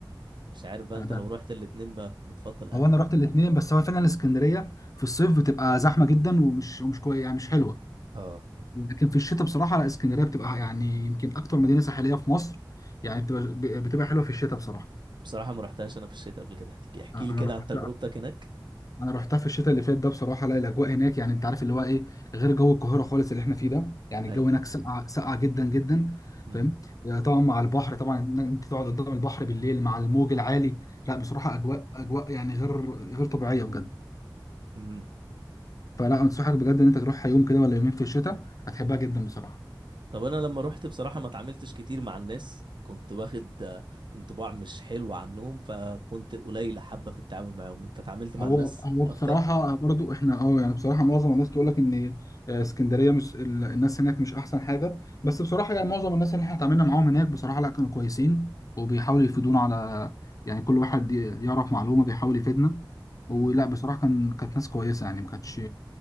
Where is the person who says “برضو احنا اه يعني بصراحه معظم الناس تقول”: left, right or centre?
Left